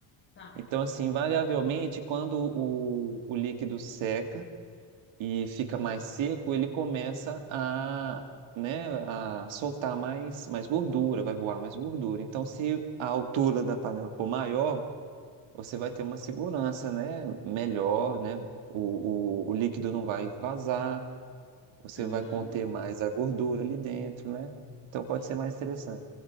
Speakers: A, on the left (about 25°); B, on the right (about 70°).
A: Tá.
B: Então, assim, variavelmente, quando o, o líquido seca e fica mais seco, ele começa a, né, a soltar mais, mais gordura, vai voar mais gordura. Então, se a altura da panela for maior, você vai ter uma segurança, né, melhor, né? O, o, o líquido não vai vazar, você
A: Uhum.
B: vai conter mais a gordura ali dentro, né? Então
A: Entendi.
B: pode ser mais interessante.